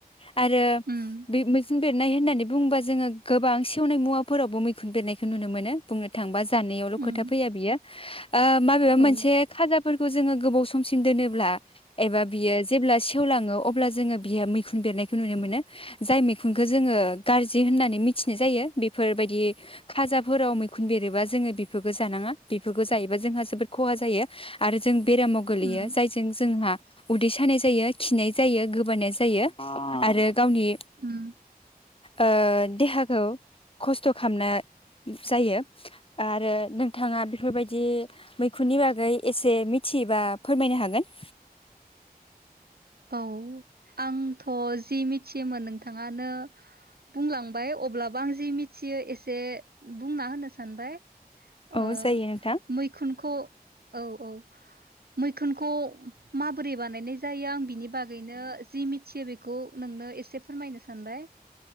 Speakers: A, on the left; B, on the right.
A: आरो
B: उम
A: बिब <unintelligible> मैखुन बेरनाय होननानै बुङोबा जोङो गोबां सेवनाय मुवाफोरावबो मैखुन बेरनाय नुनो मोनो बुंनो थांबा जानायावल'
B: उम
A: खोथा फैया बियो ओ माबेबा
B: औ
A: मोनसे खाजाफोरखौ जोङो गोबाव स समसिन दोनोब्ला एबा बियो जेब्ला सेवलाङो अब्ला जोङो बियो मैखुन बेरनायखौ नुनो मोनो। जाय मैखुनखौ जोङो गाज्रि होननानै मिथिनाय जायो, बेफोरबायदि खाजाफोराव मैखुन बेरोबा जोङो बेफोरखौ जानाङा, बिफोरखौ जायोबा जोंहा जोबोद खहा जायो आरो जों बेरामाव गोलैयो,
B: उम
A: जायजों जोंहा उदै सानाय जायो, खिनाय जायो, गोबानायज जायो आरो गावनि
B: उम
A: ओ देहाखौ खस्थ' खालामनो जायो आरो नोंथाङा बेफोरबायदि मैखुननि बागै एसे मिथियोबा फोरमायनो हागोन।
B: औ आंथ' जि मिथियोमोन नोंथाङानो बुंलांबाय अब्लाबो आं जि मिथियो एसे बुंना होनो सानबाय। ओ
A: औ जायो नोंथां
B: मैखुनख औ औ मैखुनखौ माबोरै बानायनाय जायो आं बिनि बागैनो जि मिथियो बेखौ नोंनो एसे फोरमायनो सानबाय।